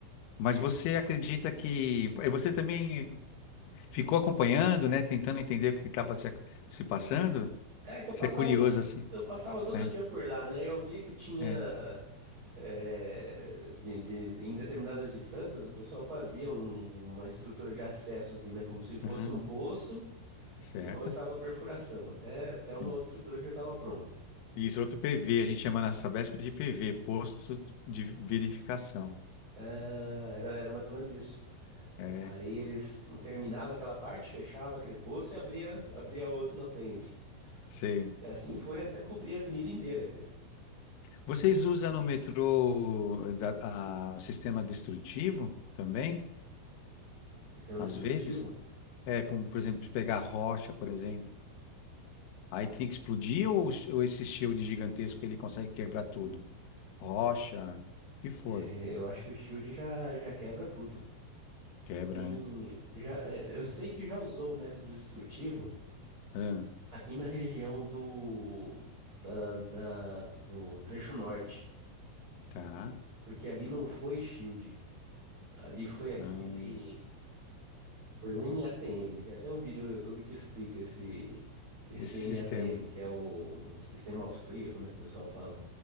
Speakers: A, on the left; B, on the right.
A: Mas
B: eles.
A: você acredita que. eh, Você também ficou acompanhando, né? Tentando entender o que estava se, se passando?
B: É que eu passava
A: Você é curioso,
B: todo,
A: assim,
B: eu passava todo
A: né?
B: dia por lá, né? Eu via que tinha.
A: É.
B: é, de, de- em determinadas distâncias, o pessoal fazia um- uma estrutura de acesso, assim, né? Como se fosse
A: Aham.
B: um poço
A: Certo?
B: e começava a perfuração, até, até
A: Sim.
B: uma outra estrutura que já estava pronta.
A: Isso, é outro PV. A gente chama na Sabesp de PV, Posto de Verificação.
B: Ah, era, era mais ou menos isso.
A: É,
B: Aí eles terminava aquela parte, fechava aquele poço e abria, abria outro na frente.
A: sei.
B: E assim foi até cobrir a avenida inteira, cara.
A: Vocês usam no metrô eh, da- a- o sistema destrutivo também?
B: Sistema destrutivo,
A: Às vezes? É, como, por exemplo, pegar rocha, por exemplo. Aí tem que explodir ou, ou esse shield gigantesco ele consegue quebrar tudo? Rocha, o que for.
B: é, eu acho que o Shield já, já quebra tudo.
A: Quebra,
B: Tem,
A: né?
B: já, é, eu sei que já usou o método destrutivo
A: Ah,
B: aqui na região do, da, da- do trecho norte,
A: tá.
B: porque ali não foi Shield, ali foi aquele
A: Ah,
B: Foi o NATM. Tem até um vídeo no YouTube que explica esse, esse
A: esse
B: NATM,
A: sistema.
B: que é o, o sistema austríaco, né? Que o pessoal fala.